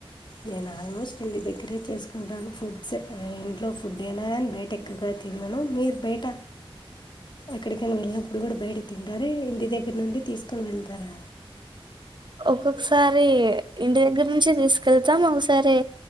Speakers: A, on the left; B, on the right.
A: నేను ఆల్మోస్ట్ ఇంటి దగ్గరే చేసుకుంటాను ఫుడ్స్ ఇంట్లో ఫుడ్ అని బయట ఎక్కువగా తిన్నాను మీరు బయట ఎక్కడికైనా వెళ్ళినప్పుడు కూడా బయట తింటారు ఇంటి దగ్గర నుండి తీసుకొని వెళ్తారా
B: ఒక్కొక్కసారి ఇంటి దగ్గర నుంచి తీసుకెళ్తాం ఒకసారి